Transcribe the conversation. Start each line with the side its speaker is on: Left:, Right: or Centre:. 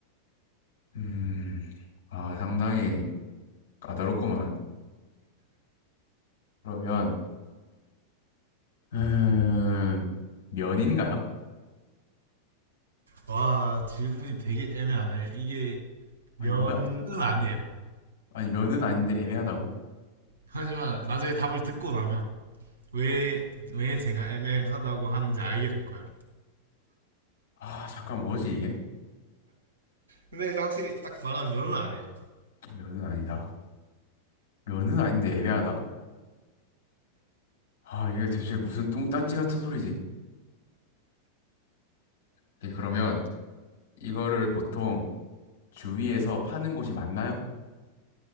Left: 음, 아, 상당히 까다롭구만. 그러면, 음, 면인가요?
Right: 와, 질문이 되게 애매하네. 이게
Left: 아니,
Right: 면은
Left: 뭐야.
Right: 아니에요.
Left: 아니, 면은 아닌데 애매하다고?
Right: 하지만 나중에 답을 듣고 나면 왜, 왜 제가 애매하다고 하는지 알게 될 거예요.
Left: 아, 잠깐, 뭐지, 이게?
Right: 근데 일단 확실히 딱 말하면 면은 아니에요.
Left: 면은 아니다. 면은 아닌데 애매하다? 아, 이게 대체 무슨 뚱딴지 같은 소리지? 오케이, 그러면 이거를 보통 주위에서 파는 곳이 많나요?